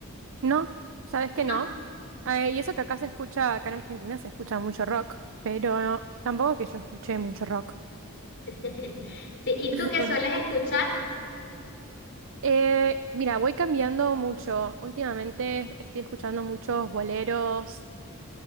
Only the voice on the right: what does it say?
no, ¿sabes que
no? Eh, y eso que acá se escucha, acá en Argentina se escucha mucho rock, pero tampoco que yo escuché mucho rock.
<laughs>
Eh, mira, voy cambiando mucho. Últimamente estoy escuchando muchos boleros,